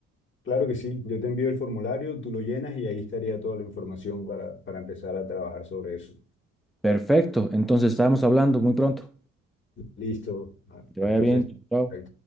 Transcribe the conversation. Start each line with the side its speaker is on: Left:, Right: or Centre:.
Left: claro que sí, yo te envío el formulario, tú lo llenas y ahí estaría toda la información para, para empezar a trabajar sobre eso.
Centre: Perfecto. Entonces, estábamos hablando muy pronto.
Left: Listo. Ah,
Centre: Que te
Left: Entonces,
Centre: vaya bien. Chao.
Left: ahí